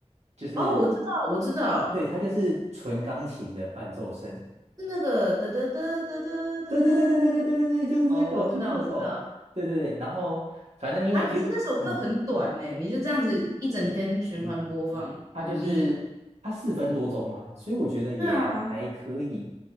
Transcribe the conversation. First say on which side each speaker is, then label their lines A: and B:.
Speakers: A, on the right; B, on the right.
A: 就是
B: 哦，我知道，我知道。
A: 对，它就是纯钢琴的伴奏声。
B: 是那个得得得得得得得，
A: 对对对对对对对对对，就是这首，
B: 哦，我知道，
A: 就是这首。
B: 我知道
A: 对对对，然后反正因为有，
B: 啊。可是那首歌很短呢，
A: 嗯
B: 你就这样子一整天循环播放，
A: u 嗯。它就是它四分多钟啊，
B: 很厉害。
A: 所以我觉得也还可以。
B: 对啊，